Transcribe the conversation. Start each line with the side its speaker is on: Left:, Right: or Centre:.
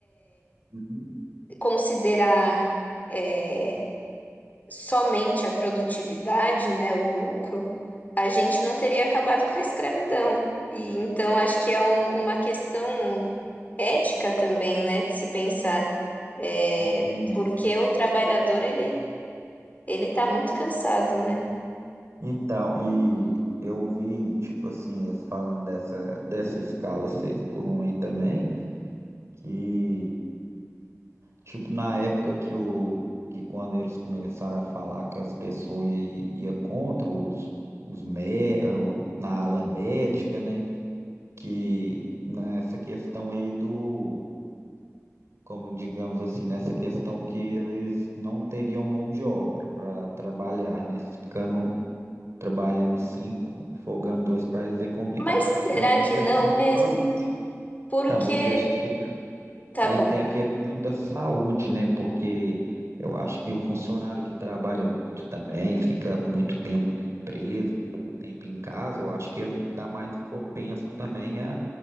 Right: Uhum.
Left: considerar eh, somente a produtividade, né, o lucro, a gente não teria acabado com a escravidão. E então acho que é um- uma questão ética também, né, de se pensar, é,
Right: Entendi.
Left: porque o trabalhador ele ele está muito cansado, né?
Right: Então, e eu vi, tipo assim, eles falando dessa, dessa escala 6 por um aí também, que, tipo, na época que o que quando eles começaram a falar que as pessoas i- ia contra os, os mé, o- na ala médica, né? Que nessa questão aí do como digamos assim, nessa questão que eles não teriam mão de obra para trabalhar, né? Ficando trabalhando cinco, folgando dois para eles é complicado.
Left: Mas será
Right: Mas tem
Left: que
Right: a questão
Left: não
Right: da
Left: mesmo?
Right: saúde.
Left: Porque
Right: Então, mas deixa eu explicar.
Left: tá
Right: Aí
Left: bom.
Right: tem a questão da saúde, né? Porque eu acho que o funcionário que trabalha muito também, fica muito tempo na empresa, pouco tempo em casa, eu acho que ele está mais propenso também a,